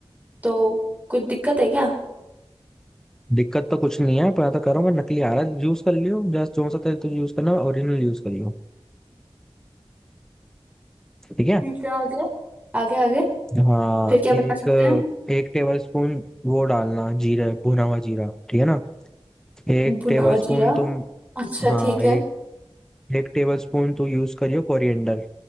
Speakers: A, on the right; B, in the centre.
A: तो कुछ दिक्कत है क्या
B: दिक्कत तो कुछ नहीं है पर मैं तो कह रहा हूँ मैं नकली आ रहा है यूज कर लियो जस्ट जो सा तेल तुझे यूज करना है ओरिजिनल यूज करियो ठीक है
A: ठीक है आगे आगे आगे
B: हाँ
A: फिर क्या
B: एक
A: बना सकते हैं
B: एक टेबल स्पून वो डालना जीरा भुना हुआ जीरा ठीक है ना एक
A: भुना
B: टेबल
A: हुआ
B: स्पून
A: जीरा
B: तुम
A: अच्छा
B: हाँ
A: ठीक
B: एक
A: है
B: एक टेबल स्पून तू यूज करियो कोरिएंडर